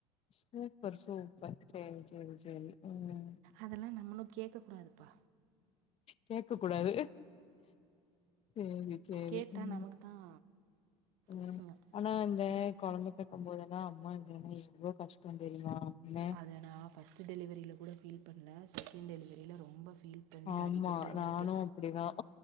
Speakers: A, on the left (about 40°); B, on the right (about 70°).
A: சூப்பர் சூப்பர் சேரி சேரி சேரி ம்
B: அதெல்லா நம்மளு கேக்கக்கூடாதுப்பா
A: கேக்கக் கூடாது சேரி சேரி
B: கேட்டால்
A: ம்
B: நமக்கு தான்
A: ம்
B: அசிங்கம்
A: ஆனா இந்த கொழந்த பெக்கு போதுல்லா அம்மா இலனா எவ்ளோ கஷ்டோந் தெரியுமா அப்படின
B: அத நா ஃபஸ்டு டெலிவரில கூட ஃபீல் பண்ணல செக் ண்ட் டெலிவரில ரொம்ப ஃபீல் பண்ணி
A: ஆமா
B: அடிபட்டு வந்துட்டே
A: நானு அப்படிதா